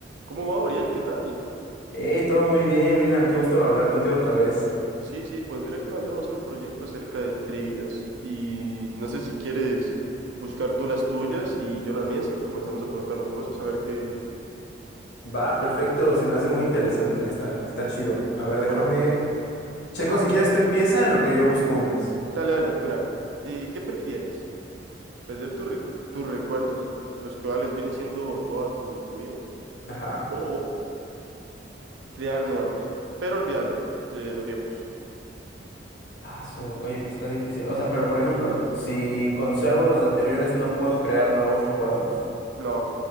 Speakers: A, on the right (about 80°); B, on the left (about 65°).
A: ¿Cómo va, Oriel? ¿Qué tal?
B: Hey, todo muy bien, William. Qué gusto hablar contigo otra vez.
A: Sí, sí, pues mira que mandaron a hacer un proyecto acerca de trivias y no sé si quieres buscar tú las tuyas y yo las mías y comenzamos a preguntarnos cosas, a ver qué...
B: Va, perfecto. Se me hace muy interesante. Está, está chido. A ver, déjame.
A: Bueno,
B: Checo,
A: ajá,
B: si
A: claro.
B: quieres, tú empieza en lo que yo busco unas.
A: Dale, dale, mira, eh, ¿qué prefieres? ¿Perder tu recu- tus recuerdos, los cuales vienen siendo toda tu, tu vida?
B: Ajá.
A: ¿O crear nuevos, pero olvidándolos, eh, los viejos?
B: Ah, su- Oye, pues está difícil. O sea, pero por ejemplo, si conservo los anteriores, ¿no puedo crear nuevos recuerdos?
A: No.